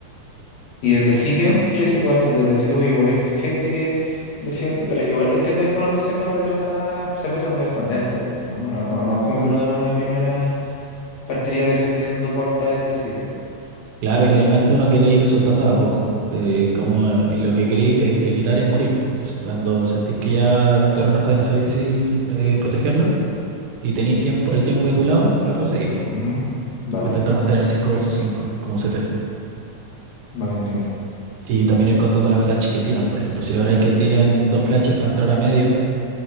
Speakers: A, on the left; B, on the right.
A: Y desde sitio, ¿qué se puede hacer desde sitio? Porque igual he visto gente que defiende, pero igual entiendo que es una posición más retrasada, especialmente cuando ya están dentro ya, pues, ¿no? No, no, no es como que uno de buena primera partiría defendiendo corta desde sitio.
B: Claro, idealmente uno quiere ir soltando de a poco, po. Eh, como eh, lo que queréis evi- evitar es morir, po. Entonces, cuando sentís que ya un terreno está demasiado difícil eh, protegerlo y tenéis tiempo, el tiempo de tu lado, retrocedís, po.
A: Ujú. Vale,
B: Intentar mantener el 5 versus 5 como CT.
A: vale, entiendo.
B: Y también ir contando las flashes que tiran. Por ejemplo, si lográis que tiren dos flashes para entrar a medio,